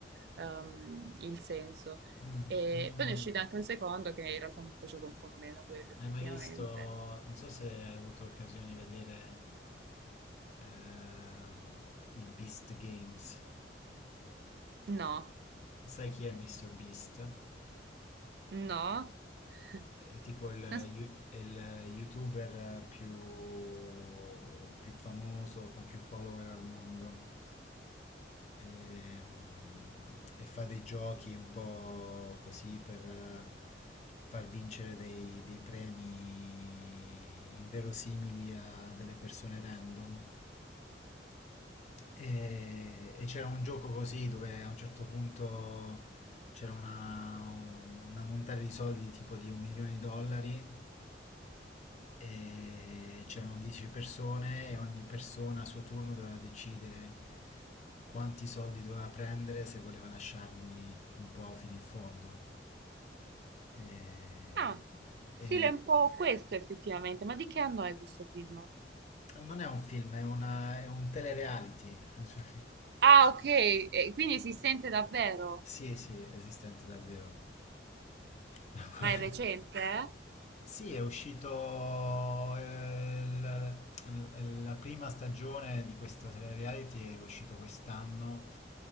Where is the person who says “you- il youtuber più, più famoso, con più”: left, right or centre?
Left